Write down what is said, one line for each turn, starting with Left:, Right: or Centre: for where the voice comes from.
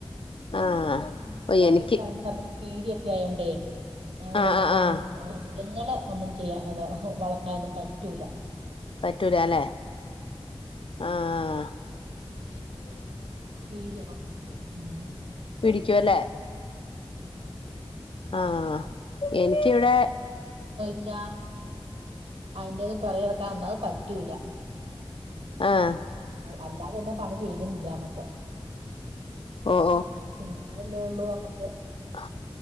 Left: ആ
Right: അങ്ങനെ നമുക്ക്
Left: ഓ
Right: ഇവിടെ
Left: എനിക്ക്
Right: ഈ പറമ്പ് കീരി ഒക്കെ ആയോണ്ടേ അതുകൊണ്ട്
Left: ആ
Right: നമ്മുക്ക്
Left: ആ
Right: അതൊന്നും
Left: ആ
Right: മൃഗങ്ങളെ ഒന്നും ചെയ്യാ അത വളർത്താനൊന്നും പറ്റൂല
Left: പറ്റൂല ല്ലേ ആഹ്
Right: മറ്റേ ഈ കീരിയൊക്കെ പിടിച്ചോവും ഉം
Left: പിടിക്കുവല്ലേ
Right: ഉം
Left: ആഹ് എനിക്കിവിടെ
Right: പക്ഷാ അതിന്റേത് പൊറെകെടക്കാൻ ഒന്നത് പറ്റൂല
Left: ആ
Right: അല്ലാതെ തന്നെ പണി തീരുന്നില്ല ഞമ്മക്ക്
Left: ഓ ഓ
Right: മഴ തീർന്നായല്ലേ ഉള്ളൂ നമുക്ക്
Left: ആ